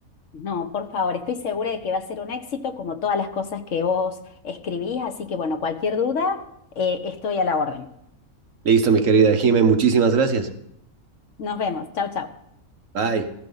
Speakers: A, on the left; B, on the right.
A: No, por favor, estoy segura de que va a ser un éxito como todas las cosas que vos escribís, así que bueno, cualquier duda, eh, estoy a la orden.
B: Listo, mi querida Jimé, muchísimas gracias.
A: Nos vemos, chao, chao.
B: Bye.